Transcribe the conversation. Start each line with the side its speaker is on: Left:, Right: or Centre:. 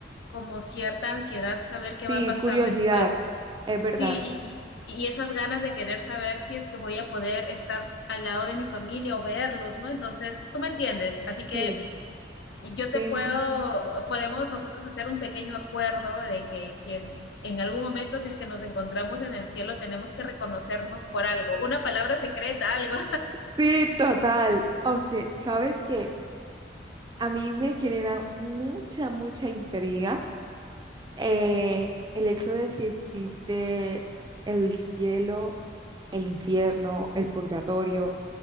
Left: como cierta ansiedad saber qué
Right: sí,
Left: va a pasar
Right: curiosidad,
Left: después.
Right: es verdad,
Left: Sí, y, y, y esas ganas de querer saber si es que voy a poder estar al lado de mi familia o verlos, ¿no? Entonces, tú me entiendes, así que
Right: sí,
Left: yo te
Right: fíjate.
Left: puedo, podemos nosotros hacer un pequeño acuerdo de que quien... En algún momento, si es que nos encontramos en el cielo, tenemos que reconocernos por algo, una palabra secreta, algo.
Right: Sí, total. Aunque, ¿sabes qué? A mí me genera mucha, mucha intriga eh, el hecho de si existe el cielo, el infierno, el purgatorio,